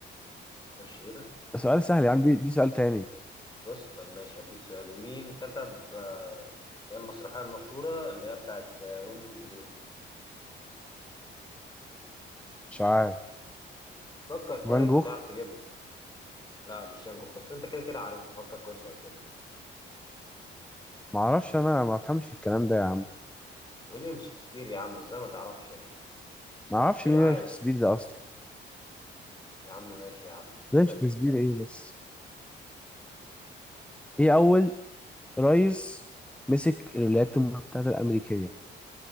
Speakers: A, on the left; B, in the centre.
A: خش كده
B: سؤال سهل يا عم دي, دي سؤال تاني
A: بص طب ماشي هديك سؤال مين كتب آه، اللي هي المسرحية المشهورة اللي هي بتاعت آه، روميو وجولييت
B: مش عارف
A: فكر كويس
B: فان جوخ
A: هتعرف تجيبها لا مش شانكوخ بس انت كده كده عارفها فكر كويس وهتجيبها
B: معرفش أنا ما بفهمش في الكلام ده يا عم
A: ويليام شكسبير يا عم ازاي ما تعرفش يعني
B: معرفش
A: اكيد
B: مين
A: عارف
B: ويليام شكسبير ده أصلا
A: يا عم ماشي يا عم اسأل
B: ده شكسبير
A: انت
B: إيه بس ايه اول رئيس مسك الولايات المتحدة الامريكية